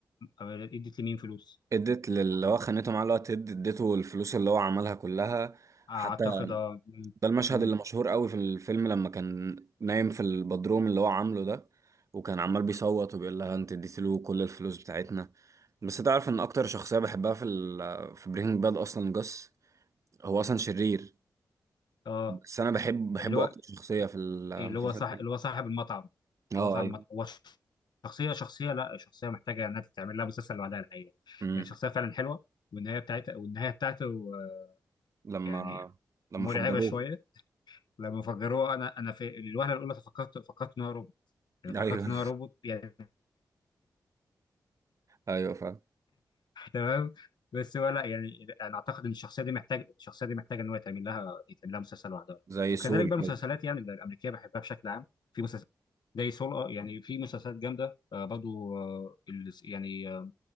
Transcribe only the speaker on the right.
اديت للي هو خانته معاه اللي هو تيد اديته الفلوس اللي هو عملها كلها
حتى
ده المشهد
اللي مشهور قوي في الفيلم لما كان نايم في البدروم اللي هو عامله ده وكان عمال بيصوت وبيقول لها انت اديتي له كل الفلوس بتاعتنا بس تعرف ان اكتر شخصية بحبها في ال في بريكنج باد اصلا جاس هو اصلا شرير
بس انا بحب بحبه
اكتر شخصية في المسلسل
كله.
اه
ايوه
امم
لما
لما
فجروه
ايوه
<laughs> ايوه فاهم
زي
سول
كده